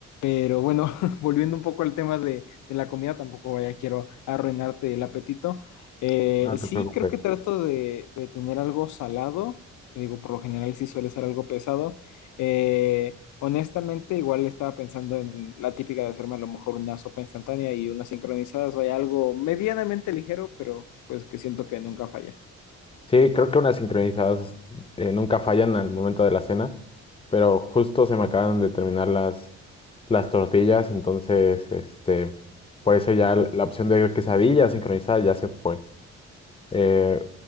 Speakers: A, on the left; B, on the left.
A: Pero bueno, <laughs> volviendo un poco al tema de, de la comida, tampoco vaya, quiero arruinarte el apetito. Eh,
B: No te
A: sí,
B: preocupes.
A: creo que trato de, de tener algo salado. Te digo, por lo general sí suele ser algo pesado. Eh, honestamente, igual estaba pensando en la típica de hacerme a lo mejor una sopa instantánea y unas sincronizadas, vaya, algo medianamente ligero, pero pues que siento que nunca falla.
B: Sí, creo que unas sincronizadas eh, nunca fallan al momento de la cena, pero justo se me acaban de terminar las, las tortillas, entonces, este, por eso ya l- la opción de quesadilla sincronizada ya se fue. Eh,